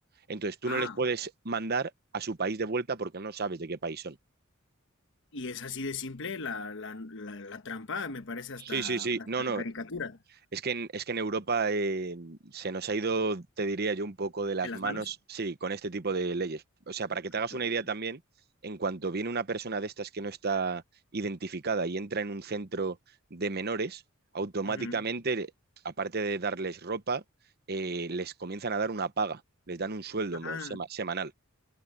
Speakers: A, on the right (about 45°); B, on the left (about 60°).
A: Entonces tú
B: Ah,
A: no les puedes mandar a su país de vuelta porque no sabes de qué país son.
B: Y es así de simple la, la, la, la trampa, me parece
A: Sí,
B: hasta,
A: sí, sí,
B: hasta
A: no, no,
B: de caricatura.
A: Es que en, es que en Europa eh, se nos ha ido, te diría yo, un poco de las
B: ¿En las
A: manos,
B: manos?
A: sí, con este tipo de leyes. O sea, para que te
B: Ah,
A: hagas
B: claro.
A: una idea también, en cuanto viene una persona de estas que no está identificada y entra en un centro de menores, automáticamente,
B: Ujú.
A: aparte de darles ropa, eh, les comienzan a dar una paga, les dan un sueldo
B: Ah,
A: mo- sema- semanal